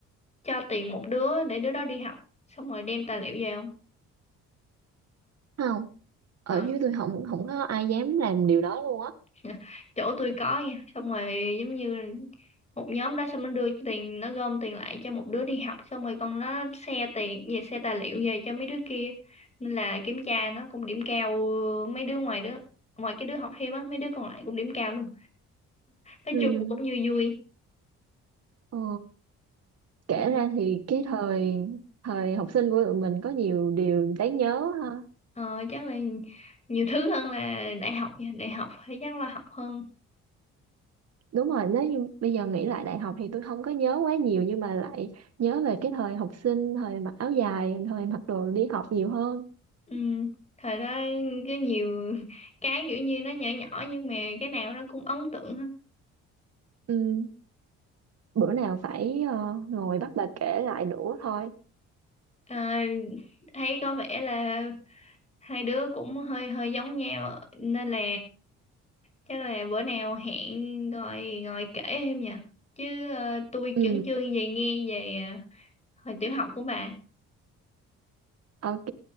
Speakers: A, on the left; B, on the right.
A: cho tiền một đứa để đứa đó đi học xong rồi đem tài liệu về không
B: không ở
A: Ờ,
B: dưới tôi không không có ai dám làm điều đó luôn á
A: <laughs> Dạ, chỗ tôi có nha xong rồi giống như một nhóm đó xong nó đưa cái tiền nó gom tiền lại cho một đứa đi học xong rồi con nó xe tiền về xe tài liệu về cho mấy đứa kia nên là kiểm tra nó cũng điểm cao ờ, mấy đứa ngoài đứa ngoài cái đứa học thêm á mấy đứa còn lại cũng điểm cao luôn nói
B: ừ.
A: chung là cũng vui vui
B: ừ. kể
A: ừ.
B: ra thì cái thời thời học sinh của tụi mình có nhiều điều đáng nhớ ha
A: ờ, chắc là nhiều thứ hơn là đại học nha đại học thì chắc là học hơn
B: đúng rồi nếu như bây giờ nghĩ lại đại học thì tôi không có nhớ quá nhiều nhưng mà lại nhớ về cái thời học sinh thời mặc áo dài thời mặc đồ đi học nhiều hơn
A: ừ. thời đó có nhiều <laughs> cái kiểu như nó nhỏ nhỏ nhưng mà cái nào nó cũng ấn tượng
B: ừ. bữa nào phải ờ, ngồi bắt bà kể lại nữa thôi
A: Ờ, thấy có vẻ là hai đứa cũng hơi hơi giống nhau nên là chắc là bữa nào hẹn ngồi ngồi kể em nha chứ ờ, tôi
B: ừ.
A: chưởng chương về nghe về ờ, hồi tiểu học của bà
B: ok